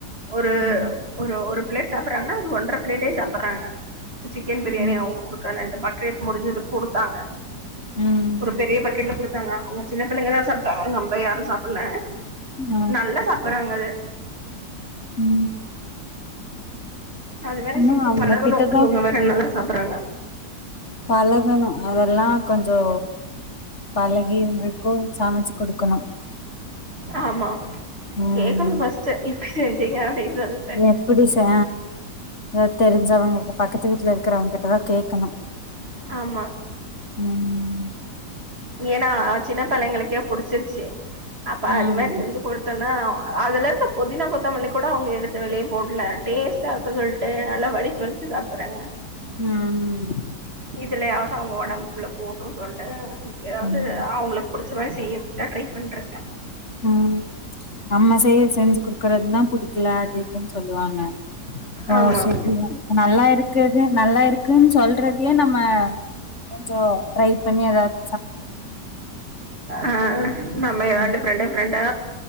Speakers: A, on the right; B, on the left.
A: ஒரு
B: ம்.
A: ஒரு ஒரு பிளேட் சாப்புறாங்க அது ஒன்ற பிளேட்டே சாப்புறாங்க சிக்கன் பிரியாணி
B: ம்.
A: அவுங்க குடுக்கல இந்த பக் கேட் முடிஞ்சது குடுத்தாங்க
B: ம்.
A: ஒரு பெரிய பக்கெட்ல குடு த்தாங்க அவுங்க சின்ன பிள்ளைங்கதா சாப்ட்டாங்க நம்ப யாரு சாப்புல
B: ஓகே
A: நல்லா
B: ஓகே.
A: சாப்புறாங்க அத
B: ம்
A: அது மாரி
B: ஆனா
A: செஞ்சி
B: அவங்க
A: பழகணு
B: கிட்டதா
A: இவுங்க வேற நல்லா சாப்பறாங்க
B: பழகுணு அதெல்லா கொஞ்சோ பழகி இருந்துக்கோ சமச்சி குடுக்குணும்
A: ஆமா
B: ம்
A: கேக்குணு ஃபஸ்ட்டு எப்பி செஞ்சீங்க அப்டின்னு சொல்
B: எப்பிடி சா ஆ தெரிஞ்சவுங்க பக்கத்து வீட்ல இருக்குறவுங்க கிட்டதா கேக்கணு
A: ஆமா
B: ம்
A: ஏனா சின்ன பிள்ளைங்களுக்கே புடிச்சிருச்சி அப்ப
B: ம்.
A: அது மாரி செஞ்சி குடு த்தோனா அதுல இருக்க பொதினா கொத்தமல்லி கூட அவுங்க எடுத்து வெளிய போட்ல டேஸ்டா இருக்கு சொல்ட்டு நல்லா வலிச் சி வலிச்சி சாப்பறாங்க
B: ம்.
A: இதுலயாவது அவுங்க ஒடம்குள்ள போடுன் சொல்ட்டு ஏதாவது
B: ம்.
A: அவுங்குளுக்கு புடிச்ச மாரி செய்யறதுக்குதா ட்ரை பண்ட்ருக்க
B: ம் நம்ம செய்ய செஞ்சி குடுக்கறது தா புடிக்குல அதுஇதுன்னு சொல்லுவாங்க ஓ
A: ஆமாம்
B: செரி நல்லா இருக்குது நல்லா இருக்குன்னு சொல்றதியு நம்ம கொஞ்சோ ட்ரை பண்ணி எதாவது
A: ஆ நம்ம
B: ம்
A: எதாவ்து டிஃப்ரெண்ட் டிஃப்ரெண்டா